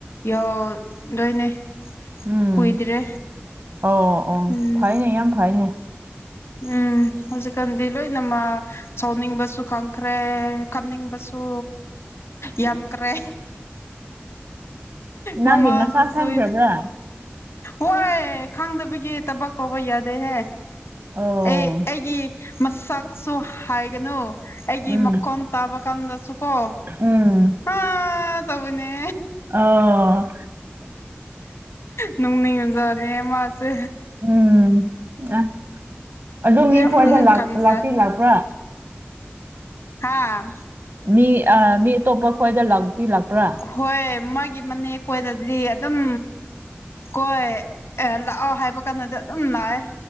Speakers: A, on the left; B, on the right.
A: ꯌꯥꯎꯗꯣꯏꯅꯦ
B: ꯎꯝ
A: ꯀꯨꯏꯗ꯭ꯔꯦ
B: ꯑꯣ ꯑꯣ
A: ꯎꯝ
B: ꯐꯩꯅꯦ ꯌꯥꯝ ꯐꯩꯅꯦ
A: ꯎꯝ ꯍꯧꯖꯤꯛꯀꯥꯟꯗꯤ ꯂꯣꯏꯅꯃ ꯁꯥꯎꯅꯤꯡꯕꯁꯨ ꯈꯪꯈ꯭ꯔꯦ ꯈꯝꯅꯤꯡꯕꯁꯨ ꯌꯥꯝꯈ꯭ꯔꯦ
B: ꯅꯪꯒꯤ
A: ꯃꯃꯥꯗꯁꯨꯣ
B: ꯃꯁꯥ ꯈꯪꯈ꯭ꯔꯕ꯭ꯔꯥ
A: ꯍꯣꯏ ꯈꯪꯗꯕꯒꯤ ꯊꯕꯛ ꯇꯧꯕ ꯌꯥꯗꯦꯍꯦ
B: ꯑꯣ
A: ꯑꯦ ꯑꯩꯒꯤ ꯃꯁꯛꯁꯨ ꯍꯥꯏꯒꯅꯨ ꯑꯩꯒꯤ
B: ꯎꯝ
A: ꯃꯀꯣꯟ ꯇꯥꯕ ꯀꯥꯟꯗꯁꯨ ꯀꯣ
B: ꯎꯝ
A: ꯑꯥ ꯇꯕꯨꯅꯦ
B: ꯑꯣ
A: ꯅꯨꯡ ꯅꯤꯡ ꯃꯖꯥꯅꯦ ꯃꯥꯁꯦ
B: ꯎꯝ ꯑ ꯑꯗꯨ ꯃꯤ
A: ꯌꯥꯝ
B: ꯈꯣꯏꯏꯗ
A: ꯀꯪꯖꯩ
B: ꯂꯥꯛꯄꯤ ꯂꯥꯛꯄ꯭ꯔꯥ
A: ꯍꯥꯥ
B: ꯃꯤ ꯃꯤ ꯑꯇꯣꯞꯄ ꯈ꯭ꯋꯥꯏꯗ ꯂꯥꯛꯇꯤ ꯂꯥꯛꯄ꯭ꯔꯥ
A: ꯍꯣꯏ ꯃꯥꯒꯤ ꯃꯅꯦꯦꯛ ꯀꯣꯏꯗꯗꯤ ꯑꯗꯨꯝ ꯀꯣꯏ ꯂꯥꯛꯑꯣ ꯍꯥꯏꯕ ꯀꯥꯟꯗꯗꯤ ꯑꯗꯨꯝ ꯂꯥꯛꯑꯦ